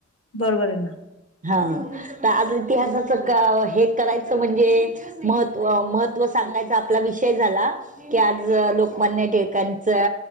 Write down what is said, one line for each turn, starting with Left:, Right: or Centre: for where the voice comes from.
Left: बरोबर आहे ना.
Right: हा त आजुन इतिहासाचं क हे करायचं म्हंजे महत्त्व महत्त्व सांगायचा आपला विषय झाला की, आज लोकमान्य टिळकांच्या